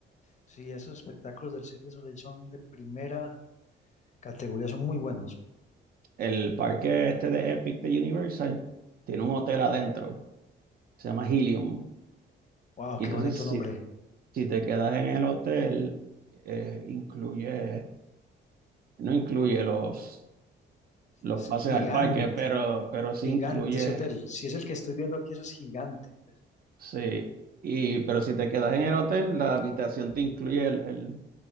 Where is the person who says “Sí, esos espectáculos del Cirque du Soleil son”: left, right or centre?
Left